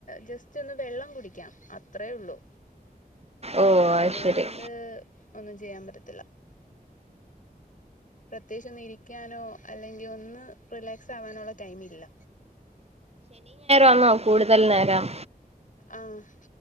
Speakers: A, on the left (about 55°); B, on the right (about 40°).
A: ജെസ്റ്റ് ഒന്ന് വെള്ളം കുടിക്കാം അത്രേ ഉള്ളു
B: ഓഹ് അത്
A: അല്ലാണ്ട്
B: ശരി
A: ഒന്നും ചെയ്യാൻ പറ്റത്തില്ല. പ്രത്യേകിച്ച് ഒന്ന് ഇരിക്കാനോ അ അല്ലങ്കി ഒന്ന് റിലേക്സാകാനുള്ള ടൈമില്ല
B: ആന്നോ കൂടുതൽ നേരം?
A: ആഹ്